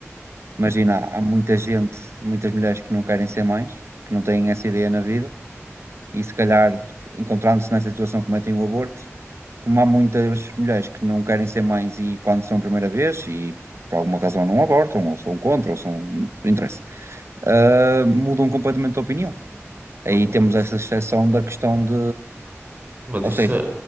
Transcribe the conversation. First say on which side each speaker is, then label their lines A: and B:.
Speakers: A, on the right (about 60°); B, on the right (about 35°).
A: Imagina, há há muita gente, muitas mulheres que não querem ser mães, que não têm essa ideia na vida, e se calhar, encontrando-se nessa situação, cometem o aborto. Como há muitas mulheres que não querem ser mães e quando são a primeira vez, e por alguma razão não abortam, ou são contra, ou são. Não interessa. ah, mudam completamente de opinião. Aí
B: ma-
A: temos
B: Mas isso,
A: essa exceção da questão de.
B: mas
A: Ou
B: isso,
A: seja,
B: é-